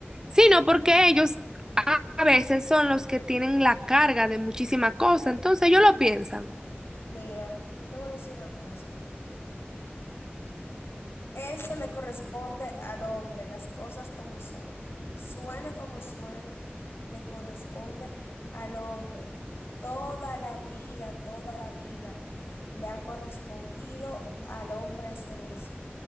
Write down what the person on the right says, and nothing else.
sino porque ellos a a veces son los que tienen la carga de muchísima cosa, entonces ellos lo piensan.